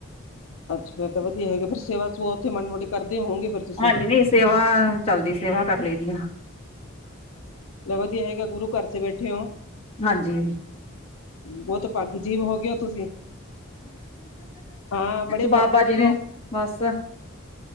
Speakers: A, on the left; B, on the left.
A: ਅੱਛਾ ਫਿਰ ਵਧੀਆ ਹੈ ਸੇਵਾ ਸੂਵਾ ਉੱਥੇ ਮਾਰੀ ਮੋਟੀ ਕਰਦੇ ਹੋਣਗੇ ਤੁਸੀਂ।
B: ਹਾਂਜੀ ਨਹੀਂ ਸੇਵਾ ਚੱਲਦੀ ਸੇਵਾ ਕਰ ਲਈ ਦੀ ਆ।
A: ਵਧੀਆ ਹੈਗਾ ਗੁਰੂ ਘਰ ਚ ਬੈਠੇ ਹੋ।
B: ਹਾਂਜੀ
A: ਬਹੁਤ ਭੱਗ ਜੀਵ ਹੋ ਗਿਆ ਤੁਸੀਂ। ਹਾਂ ਬੜੇ ਭਾਗੀ
B: ਬਾਬਾ ਜੀ
A: ਜੀਵ
B: ਨੇ।
A: ਹੋ
B: ਬਸ